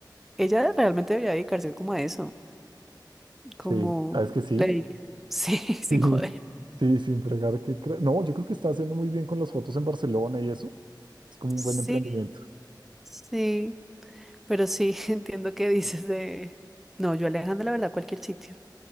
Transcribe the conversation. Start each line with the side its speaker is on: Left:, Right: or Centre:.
Centre: ella realmente debería dedicarse como a eso, como
Right: Sí, ¿sabes que sí?
Centre: le dije. Sí, <laughs> sin
Right: <laughs>
Centre: joder.
Right: Sí, sí, sin fregar que... cre- No, yo creo que está haciendo muy bien con las fotos en Barcelona y eso. Es como un
Centre: Sí,
Right: buen emprendimiento.
Centre: sí, pero sí, <laughs> entiendo que dices de... No, yo a Alejandra, la verdad, cualquier sitio.